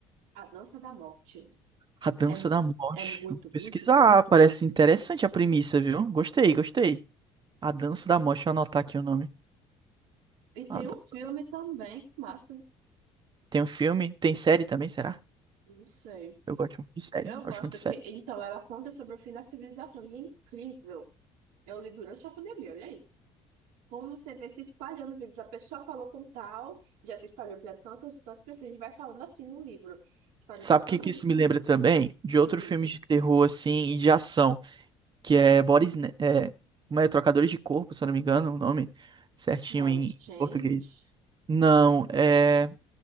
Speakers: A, on the right; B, on the right.
A: a dança da morte.
B: A Dança
A: É,
B: da Morte.
A: é muito,
B: Vou pesquisar,
A: muito bom.
B: parece interessante a premissa, viu? Gostei, gostei. A Dança da Morte, deixa eu anotar aqui o nome.
A: E tem
B: A Dança.
A: um filme também, que massa,
B: Tem um filme, tem série também, será?
A: não sei.
B: Eu gosto muito de série,
A: Eu
B: gosto
A: gosto
B: muito de série.
A: que, então, ela conta sobre o fim da civilização e é incrível. Eu li durante a pandemia, olha aí. Como você vê se espalhando vídeos? A pessoa falou com tal, já se espalhou para tantas e tantas pessoas, e vai falando assim no livro. Espalhou
B: Sabe
A: para tantas
B: o que que isso
A: e tantas.
B: me lembra também? De outro
A: Hum,
B: filme de terror, assim, e de ação. que é Boris, Ne- é, como é, Trocadores de Corpo, se eu não me engano, o nome certinho
A: body
B: em
A: change.
B: português. Não, é